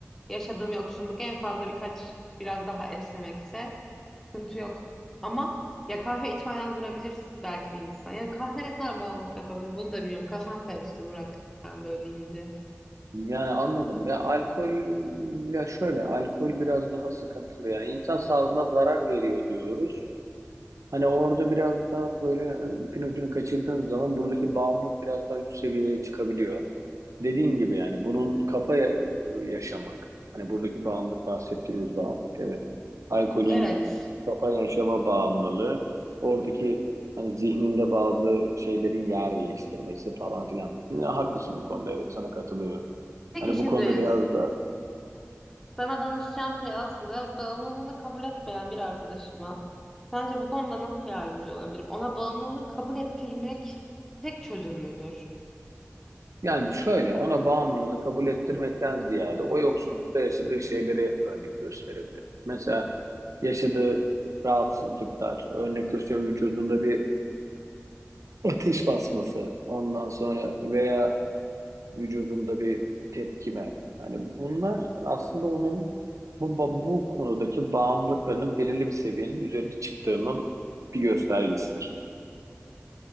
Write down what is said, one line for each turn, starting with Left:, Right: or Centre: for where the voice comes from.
Centre: yaşadığım yoksunluk en fazla birkaç biraz daha esnemekse sıkıntı yok. Ama ya kahve içmeden durabilir belki bir insan. Yani kahve ne kadar bağımlılık yapabilir bunu da bilmiyorum. Kafam karıştı Burak sen böyle deyince.
Right: Yani anladım ya alkol ya şöyle alkol biraz daha sıkıntılı ya. İnsan sağlığına zarar veriyor diyoruz. Hani orada biraz daha böyle e, ipin ucunu kaçırdığın zaman buradaki bağımlılık biraz daha üst seviyeye çıkabiliyor. Dediğin gibi yani bunun kafaya e, yaşamak. Hani buradaki bağımlılık bahsettiğimiz bağımlılık evet. Alkolün
Centre: Evet.
Right: kafa yaşama bağımlılığı. Oradaki hani zihninde bazı şeylerin yer değiştirmesi falan filan. Ya, haklısın bu konuda evet sana katılıyorum.
Centre: Peki
Right: Hani
Centre: şimdi
Right: bu konuda biraz da
Centre: sana danışacağım şey aslında bağımlılığını kabul etmeyen bir arkadaşıma sence bu konuda nasıl yardımcı olabilirim? Ona bağımlılığını kabul ettirmek tek çözüm müdür?
Right: Yani şöyle ona bağımlılığı kabul ettirmekten ziyade o yoksunlukta yaşadığı şeyleri örnek gösterebilir. Mesela yaşadığı rahatsızlıklar, örnek gösteriyorum vücudunda bir ateş basması, ondan sonra veya vücudunda bir tepkime. Yani bunlar aslında onun bu, ba- bu konudaki bağımlılıklarının belirli bir seviyenin üzerine çıktığının bir göstergesidir.